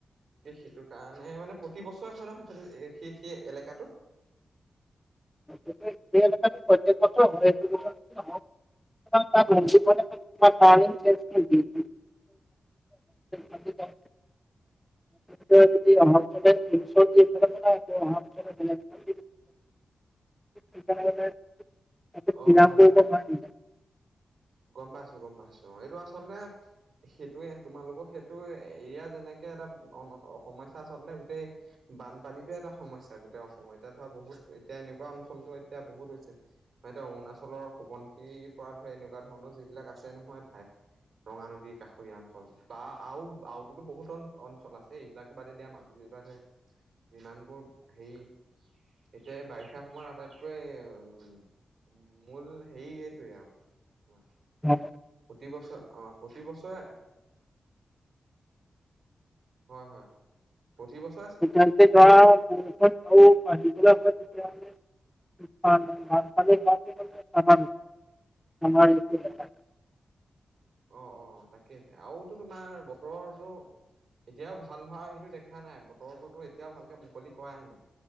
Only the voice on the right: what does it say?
এই সেইটো কাৰণে, মানে প্ৰতি বছৰে হয় ন' সেই প্ৰতি সেই সেই এলেকাটো?
অ হয়
হয়
হয় গ'ম পাইছোঁ গ'ম পাইছোঁ, এইটো আচলতে সেইটোয়ে তোমালোকৰ সেইটো এৰিয়া যেনেকে এটা সমস্যা আচলতে গোটেই বানপানীটো এটা সমস্যা গোটেই অসমত, এতিয়া ধৰা বহুত এতিয়া এনেকুৱা অঞ্চলটো এতিয়া বহুত হৈছে। মানে এতিয়া অৰুণাচলৰ সোবনশিৰ পৰা ধৰি এনেকুৱা তেনেকুৱা ধৰণৰ যিবিলাক আছে নহয় ঠাই, ৰঙা নদীৰ কাষৰীয়া অঞ্চল। বা আও আওতোতো বহুত অঞ্চল আছে, এইবিলাকতো বাদে দিয়া মাজুলীৰ <unintelligible> যিমানবোৰ হেৰি এতিয়া বাৰিষা সময়ত আটাইতকৈ উম, মূল হেৰি এইটোৱে আৰু। <unintelligible>
প্ৰতি বছৰ অ', প্ৰতি বছৰে হয়, হয়, প্ৰতি বছৰ
অ', অ', তাকেহে আৰুতো তোমাৰ বতৰৰটো এতিয়াও ভাল হোৱা সেইটো দেখা নাই, বতৰতোটো এতিয়াও ভালকে মুকলি কৰায়ে নাই।